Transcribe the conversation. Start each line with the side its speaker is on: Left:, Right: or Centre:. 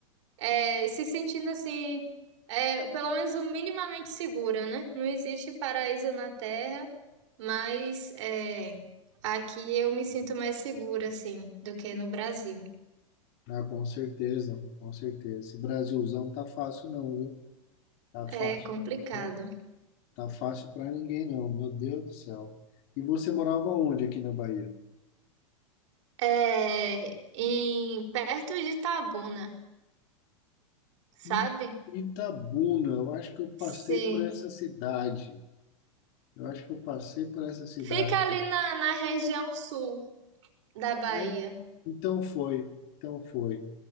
Right: é, se sentindo assim, é, pelo menos o minimamente segura, né? Não existe paraíso na Terra, mas é, aqui eu me sinto mais segura, assim, do que no Brasil.
Left: Ah, com certeza, com certeza. Esse Brasilzão tá fácil não, viu? Tá fácil,
Right: É complicado.
Left: né? Tá fácil para ninguém não, meu Deus do céu. E você morava onde aqui na Bahia?
Right: É, em, perto de Itabuna, sabe?
Left: I- Itabuna, eu acho que eu passei
Right: Sim.
Left: por essa cidade. Eu acho que eu passei por essa cidade.
Right: Fica ali na, na região sul da Bahia.
Left: Ai, então foi, então foi.